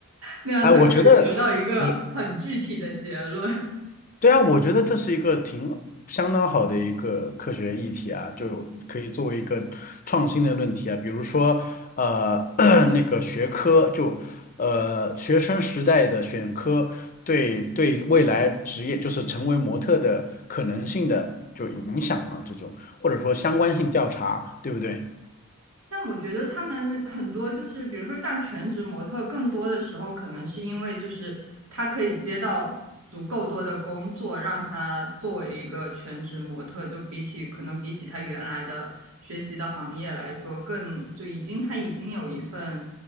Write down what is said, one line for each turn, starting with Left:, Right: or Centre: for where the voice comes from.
Right: 那样才可以得到一个很具体的结论。
Left: 哎，我觉得我对啊，我觉得这是一个挺相当好的一个科学议题啊，就可以作为一个创新的论题啊，比如说呃 <coughs> <clears throat> 那个学科就呃学生时代的选科对对未来职业就是成为模特的可能性的就影响嘛，这种或者说相关性调查，对不对？
Right: 但我觉得他们很多就是，比如说像全职模特，更多的时候可能是因为就是他可以接到足够多的工作，让他作为一个全职模特，就比起可能比起他原来的学习的行业来说，更就已经他已经有一份